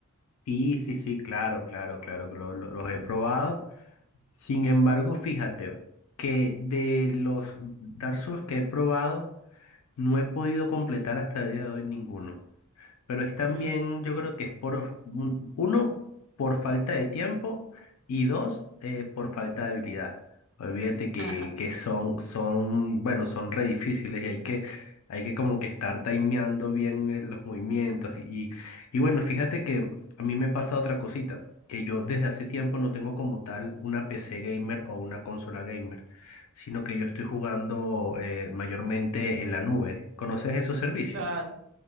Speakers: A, on the left; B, on the right.
A: Y sí, sí, claro, claro, claro, que lo- lo- los he probado. Sin embargo, fíjate que de los Dark Souls que he probado, no he podido completar hasta el día de hoy ninguno. pero es también,
B: Mm,
A: yo creo que es por, un- uno, por falta de tiempo y dos, eh, por falta de habilidad. Olvídate que,
B: <laughs>
A: que son, son, bueno, son re difíciles y hay que, hay que como que estar timeando bien eh, los movimientos. Y, y bueno, fíjate que a mí me pasa otra cosita, que yo desde hace tiempo no tengo como tal una PC gamer o una consola gamer, sino que yo estoy jugando eh, mayormente en la nube. ¿Conoces esos servicios?
B: Claro.